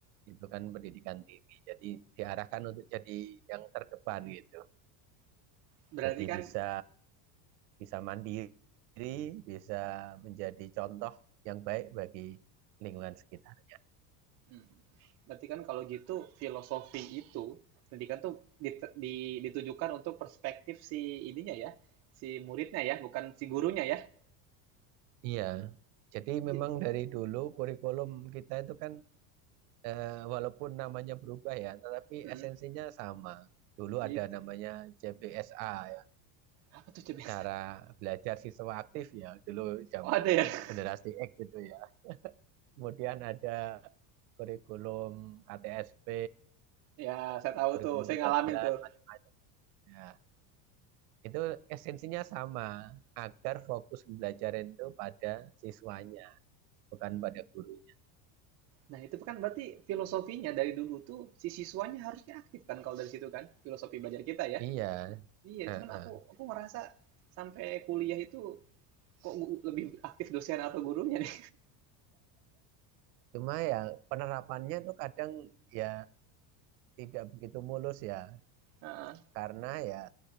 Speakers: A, on the right; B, on the right.
A: itu kan pendidikan tinggi. Jadi diarahkan untuk jadi yang terdepan gitu.
B: Berarti
A: Jadi
B: kan,
A: bisa bisa mandiri, bisa menjadi contoh yang baik bagi lingkungan sekitar.
B: hmm, berarti kan kalau gitu filosofi itu, pendidikan tuh ditujukan untuk perspektif si ininya ya, si muridnya ya, bukan si gurunya ya.
A: Iya, jadi
B: Iya.
A: memang dari dulu kurikulum kita itu kan eh, walaupun namanya berubah ya, tetapi
B: hmm,
A: esensinya sama. Dulu ada
B: Gitu.
A: namanya JBSA ya,
B: Apa tuh coba yang
A: cara belajar siswa aktif ya, dulu zaman
B: Oh ada ya? <laughs>
A: generasi X gitu ya. Kemudian ada kurikulum KTSP,
B: Ya
A: kan,
B: saya tahu
A: kurikulum
B: tuh, saya
A: 13,
B: ngalamin tuh.
A: macam-macam. Nah, itu esensinya sama, agar fokus belajar itu pada siswanya, bukan pada gurunya.
B: Nah itu kan berarti filosofinya dari dulu tuh si siswanya harusnya aktif kan kalau dari situ kan filosofi belajar kita ya.
A: Iya.
B: Iya,
A: Heeh.
B: cuman aku aku ngerasa sampai kuliah itu kok gu- lebih aktif dosen atau gurunya nih.
A: Cuma ya penerapannya tuh kadang ya tidak begitu mulus ya,
B: <laughs> Heeh.
A: karena ya